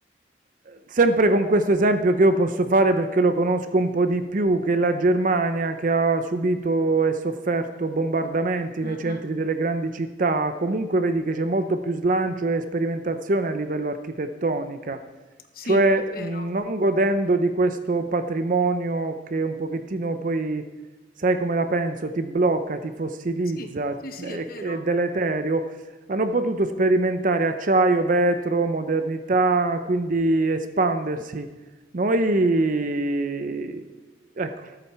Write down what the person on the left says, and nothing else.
Mm,
mm.
Sì,
è vero.
Sì, sì, sì,
è vero.